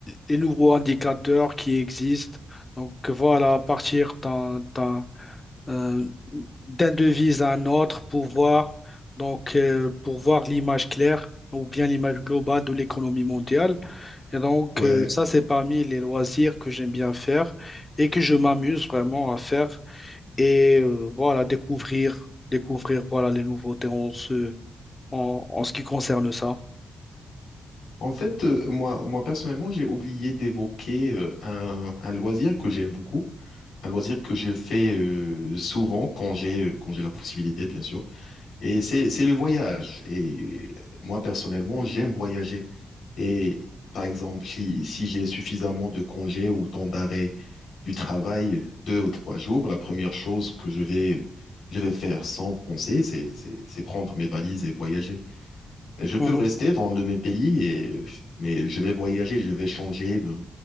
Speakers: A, on the left; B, on the left.
A: les nouveaux indicateurs qui existent. Donc, voilà, à partir d'un, d'un, euh, d'un devise à un autre pour voir, donc, euh, pour voir l'image claire ou bien l'image globale de l'économie mondiale. Et donc,
B: Ouais.
A: euh, ça, c'est parmi les loisirs que j'aime bien faire et que je m'amuse vraiment à faire et euh, voilà, découvrir, découvrir voilà, les nouveautés en ce, en, en ce qui concerne ça.
B: En fait, euh, moi, moi personnellement, j'ai oublié d'évoquer euh, un, un loisir que j'aime beaucoup. Un loisir que je fais euh, souvent quand j'ai euh, quand j'ai la possibilité, bien sûr. Et c'est c'est le voyage. Et moi, personnellement, j'aime voyager. Et par exemple, si, si j'ai suffisamment de congés ou temps d'arrêt du travail, deux ou trois jours, la première chose que je vais je vais faire sans penser, c'est c'est c'est prendre mes valises et voyager. Je peux
A: Mhm.
B: rester dans le même pays, et, mais je vais voyager, je vais changer. euh,